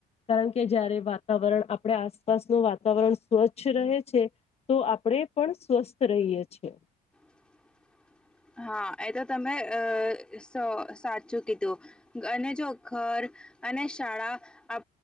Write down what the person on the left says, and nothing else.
કારણ કે જયારે વાતાવરણ આપણે આસપાસનું વાતાવરણ સ્વચ્છ રહે છે તો આપણે આપણે પણ સ્વસ્થ રહીએ છે